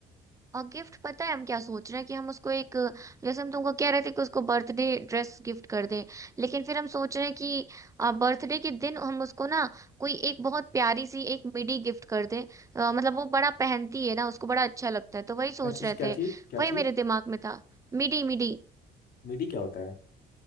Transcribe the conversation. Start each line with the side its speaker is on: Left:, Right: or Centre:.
Right: और गिफ्ट पता है हम क्या सोच रहे हैं कि हम उसको एक जैसे हम तुमको कह रहे थे कि उसको बर्थडे ड्रेस गिफ्ट कर दें लेकिन फिर हम सोच रहे हैं कि बर्थडे के दिन हम उसको ना कोई एक बहुत प्यारी सी एक मिडी गिफ्ट कर दें अ, मतलब वो बड़ा पहनती है ना उसको बड़ा अच्छा लगता है तो वही सोच
Left: क्या चीज
Right: रहे
Left: क्या
Right: थे
Left: चीज क्या
Right: वही
Left: चीज
Right: मेरे दिमाग में था मिडी मिडी
Left: मीडी क्या होता